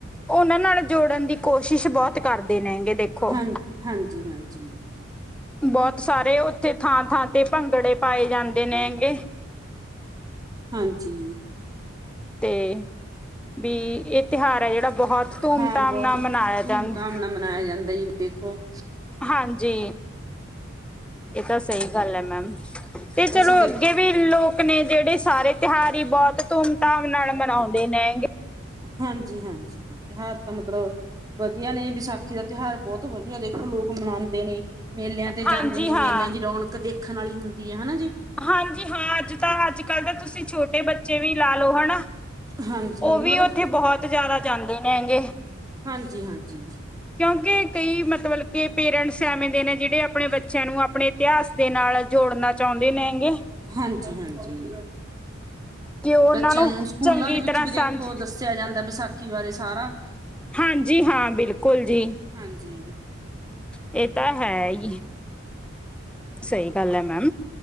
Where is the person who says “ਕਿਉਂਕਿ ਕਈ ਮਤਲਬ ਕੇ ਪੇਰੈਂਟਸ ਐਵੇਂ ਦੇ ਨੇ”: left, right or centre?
Centre